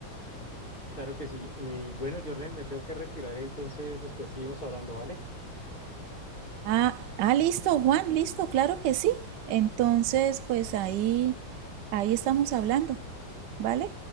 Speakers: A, on the left; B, on the right.
A: Claro que sí. Eh, bueno, Jorlen, me tengo que retirar, entonces después seguimos hablando, ¿vale?
B: ah, ah listo Juan listo claro que sí entonces pues ahí ahí estamos hablando vale